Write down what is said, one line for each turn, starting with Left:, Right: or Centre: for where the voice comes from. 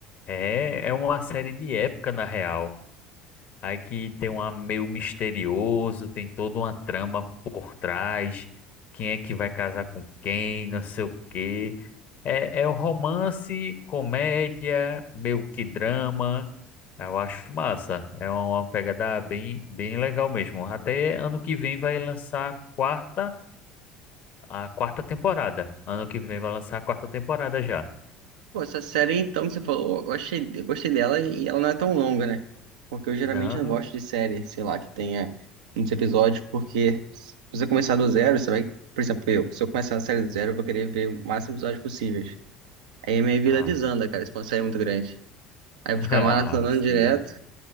Left: É, é uma série de época, na real. Aí que tem um ar meio misterioso, tem toda uma trama por trás, quem é que vai casar com quem, não sei o quê. É, é um romance, comédia, meio que drama. Eu acho massa. É uma pegada bem, bem legal mesmo. Até ano que vem vai lançar a quarta, a quarta temporada. Ano que vem vai lançar a quarta temporada já.
Right: Pô, essa série então que você falou, eu achei, eu gostei dela e ela não é tão longa, né? Porque eu geralmente
Left: Não?
Right: não gosto de série, sei lá, que tenha muitos episódios, porque se você começar do zero, você vai, por exemplo, eu, se eu começar na série do zero, eu vou querer ver o máximo de episódios possíveis. Aí minha vida
Left: Ah,
Right: desanda, cara, se for uma série muito grande. Aí
Left: <laughs>
Right: eu vou ficar
Left: ah,
Right: maratonando
Left: sim.
Right: direto,